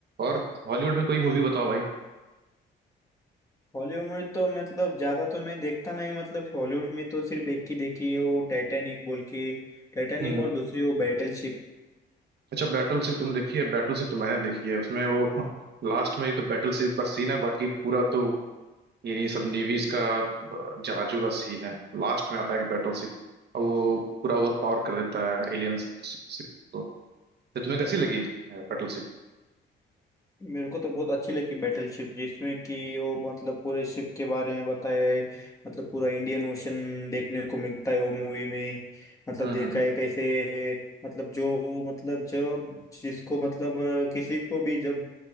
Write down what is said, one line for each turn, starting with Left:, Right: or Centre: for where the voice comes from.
Right: और हॉलीवुड में कोई मूवी बताओ भाई
Left: हॉलीवुड में तो मतलब ज्यादा तो मैं देखता नहीं मतलब हॉलीवुड में तो सिर्फ एक ही देखी है वो टाइटैनिक बोल के टाइटैनिक
Right: हम्म
Left: और दूसरी वो बैटल शिप
Right: अच्छा बैटलशिप तुम देखी है बैटलशिप तो मैंने देखी है उसमें वो <laughs> लास्ट में ही तो बैटलशिप का सीन है बाकी पूरा तो यही सब नेवीज का अ, जहाजों का सीन है लास्ट में आता है एक बैटलशिप और वो पूरा ओवर पावर कर देता है एलियन शिप को तो तुम्हें कैसी लगी बैटलशिप
Left: मेरे को तो बहुत अच्छी लगी बैटलशिप जिसमें कि वो मतलब पूरे शिप के बारे में बताया है मतलब पूरा इंडियन ओशन देखने को मिलता है वो मूवी में मतलब
Right: हम्म
Left: देखा
Right: हम्म।
Left: है कैसे मतलब जो मतलब जब जिसको मतलब अ, किसी को भी जब